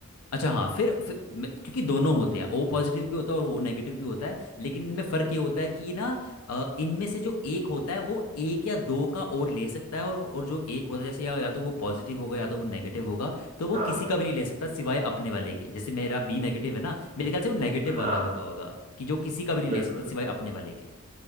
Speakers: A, on the left (about 90°); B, on the right (about 35°).
A: अच्छा हाँ फिर फिर मैं- क्योंकि दोनों होते हैं ओ पॉजिटिव भी होता है और ओ नेगेटिव भी होता है लेकिन इनमें फ़र्क ये होता है कि ना अ, इनमें से जो एक होता है वो एक या दो का और ले सकता है और और जो एक होता है जैसे या, या तो वो पॉजिटिव होगा या तो वो नेगेटिव होगा तो वो
B: हाँ
A: किसी का भी नहीं ले सकता सिवाय अपने वाले के जैसे मेरा बी नेगेटिव है ना मेरे ख्याल से वो नेगेटिव वाला
B: हाँ
A: होता होगा कि जो किसी का भी नहीं ले
B: बिल्कुल
A: सकता
B: बिल्कुल
A: सिवाय अपने वाले के